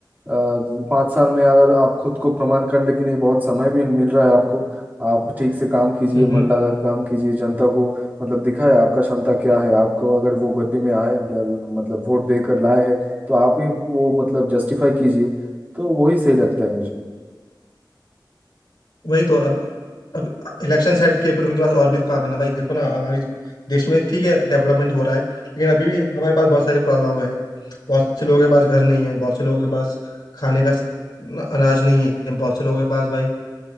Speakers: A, on the right; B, on the left.
A: पाँच साल में अगर आप खुद को प्रमाण करने के लिए बहुत समय भी मिल रहा है आपको आप ठीक से काम कीजिए
B: हम्म
A: मन
B: हम्म।
A: लगा के काम कीजिए जनता को मतलब दिखाए आपका क्षमता क्या है आपको अगर वो गद्दी में आए ल- मतलब वोट देकर लाए हैं तो आप ही वो मतलब जस्टिफाई कीजिए तो वही सही लगता है मुझे
B: वही तो अब अब इलेक्शन सेट किए फिर उनके पास और भी काम है ना भाई देखो ना हमारे देश में ठीक है डेवलपमेंट हो रहा है लेकिन अभी भी हमारे पास बहुत सारी प्रॉब्लम है बहुत से लोगों के पास घर नहीं है बहुत से लोगों के पास खाने का स- अनाज नहीं है बहुत से लोगों के पास भाई